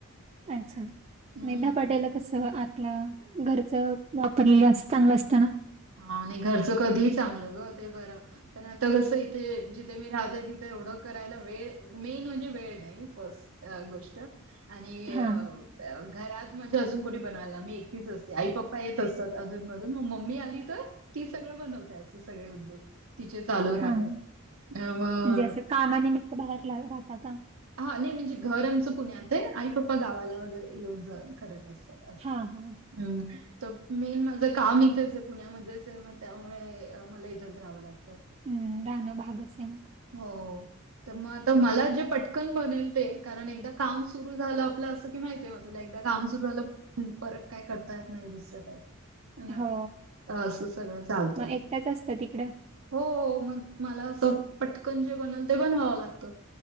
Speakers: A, on the right; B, on the right.
A: अच्छा,
B: हम्म
A: नाही धपाट्याला कस आपलं घरच वापरलेलं असं चांगलं असतना.
B: हा नाही घरचं कधीही चांगलं ग ते बरं. पण आता कसं इथे जिथे मी राहते तिथे एवढं करायला वेळ मेन म्हणजे वेळ नाही. ही फस्ट गोष्ट आणि
A: हां,
B: अह घरात म्हणजे अजून कोणी बनवायला मी एकटीच असते आई पप्पा येत असतात अजून मधून मग मम्मी आली तर ती सगळं बनवते असे सगळे उद्योग तिचे चालू राहतात
A: हां.
B: हा मग
A: म्हणजे असं कामानिमित्त बाहेर राहता का?
B: हा नाही म्हणजे घर आमचं पुण्यात आहे आई पप्पा गावाला वगैरे येऊन जाऊन करत असतात.
A: हा, हा.
B: हम्म, तर मेन माझं काम इथेच आहे पुण्यामध्येच आहे मग त्यामुळे तेव्हा मला इथंच राहावं लागत.
A: हम् राहणं भागच आहे मग.
B: हो हो तर मग आता मला जे पट पटकन बनेल ते कारण एकदा काम सुरू झालं आपलं असं की माहितीय मग तुला एकदा काम सुरू झालं. परत काय करता येत नाही दुसरं काही. ना
A: हो.
B: तर असं सगळं चालतं मग
A: एकट्याच असता तिकडं?
B: हो मग मला असं पटकन जे बनल ते बनवावं लागतं.